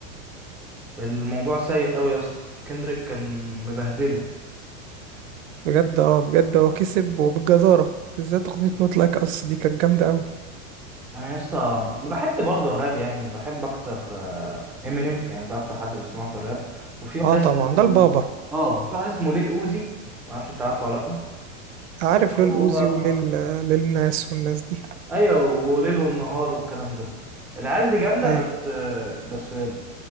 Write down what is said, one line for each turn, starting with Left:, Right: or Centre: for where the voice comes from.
Centre: الموضوع سيء قوي يا اسطى كندريك كان مبهدله
Right: بجد اه بجد هو كسب وبالجدارة بالذات أغنية نوت لايك أس دي كانت جامدة أوي
Centre: انا يسطا بحب برضه الراب يعني بحب اكتر امينيم يعني ده اكتر حد بسمعه في الراب وفي واحد
Right: اه
Centre: اسمه
Right: طبعا ده البابا
Centre: اه وفي واحد اسمه ليل اوزي ما اعرفش انت عارفه ولا لا
Right: عارف
Centre: هو
Right: ليه الأوزي وليه ال- للناس والناس دي
Centre: ايوه وليل والنهار والكلام ده العيال دي جامده
Right: ايوه
Centre: بس آه، بس آه،